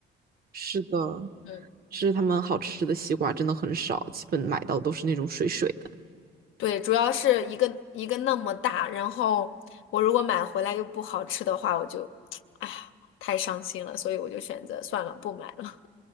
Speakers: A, on the right (about 50°); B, on the left (about 85°).
A: 是的，
B: 嗯，
A: 是他们好吃的西瓜真的很少，基本买到都是那种水水的。
B: 对，主要是一个一个那么大，然后我如果买回来又不好吃的话，我就，<tsk> 哎呀，太伤心了，所以我就选择算了，不买了。